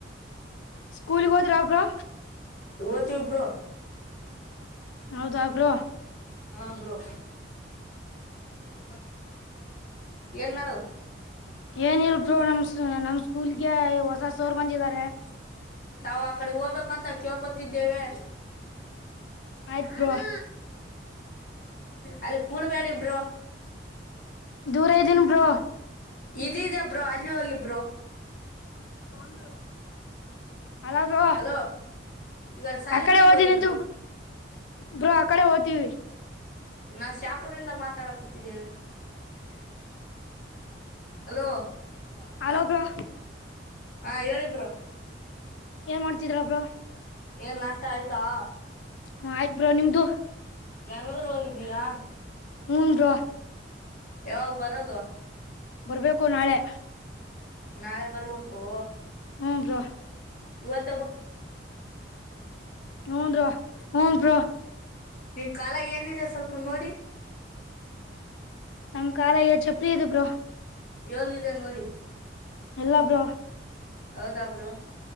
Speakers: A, on the left (about 75°); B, on the left (about 45°).
A: ಸ್ಕೂಲ್ಗೆ ಹೋದ್ರ ಬ್ರೋ
B: ಹೊತೀವಿ ಬ್ರೋ
A: ಹೌದಾ ಬ್ರೋ
B: ಹಾ ಬ್ರೋ <inaudible> ಏನ್ ನಡು
A: ಏನ ಇಲ್ ನಮ ನಮ್ ಸ್ಕೂಲ್ಗೆ ಹೊಸ ಸೋರ್ ಬಂದಿದ್ದಾರೆ
B: ಹ್ಮ ನಾವು ಆ ಕಡೆ ಹೋಗ್ಬೇಕಂತ ಕೇಳ್ಕೊತಿದ್ದೇವೆ
A: ಆದ್್ರ
B: ನಾನು ಅಲ್ಲಿ ಕೂಡಬೇಡ ಇಬ್ರು
A: ದೂರ ಇದ್ದೀನ ಬ್ರೋ
B: ಇದ ಇದ್ಯಾ ಬ್ರೋ ಅಲ್ಲಿ ಹೋಗಿಬರು
A: ಅದು ಒಂದು ಅಲ ಬ್ರೋ
B: ಹಲೋ ಈಗ ಸಾಲಿಗುಡಿಗೆ
A: ಅಕಡೆ ಓತ
B: ಹೋಗಿ
A: ನಿಂತ
B: ಬ್ರೋ
A: ಬ್ರೋ ಅಕಡೆ ಓ್ತೀವಿ
B: ನಾವು ಶಾಪುರ್ಿಂದ ಮಾತಾಡ ಕೂತಿದ್ದೇವೆ
A: ಅ
B: ಹಲೋ ಅಲ್ಲ
A: ಅಲೋ ಬ್ರೋ
B: ಹಾ ಹೇಳಬರು
A: ಮಾಡ್ತಿದ್ರ ಒಬ್್ರ
B: ಏನ್ ನಷ್ಟ ಆಯ್ತಾ
A: ಹ ಆಯ್ತ್ ಬರ ನಿಮ್ದು
B: ಬೆಂಗ್ಳೂರು ಹೋಗಿದ್ದೀಯಾ
A: ಹ್ಞ ರ
B: ಯಾವಾಗ ಬರದು
A: ಬರ್ಬೇಕು ನಾಳೆ
B: ನಾಳೆ ಬರ್ಬೇಕು
A: ಹೂಞ ಬ್ರೋ
B: ಇವತ್ತು
A: ಹ್ಮ ರ ಹ್ನ್ ಪ್ರ
B: ನಿನ್ ಕಾಲ ಏನಿದೆ ಸ್ವಲ್ಪ ನೋಡಿ
A: ನಮ್ ಕಾಲಯ ಚಪ್ಪಲಿ ಇದು ಬ್ರೋ
B: ಎಲ್ಿದೆ ನೋಡಿ
A: ಎಲ್ಲಾ ಬರೋ
B: ಹೌದಾಬ್ರು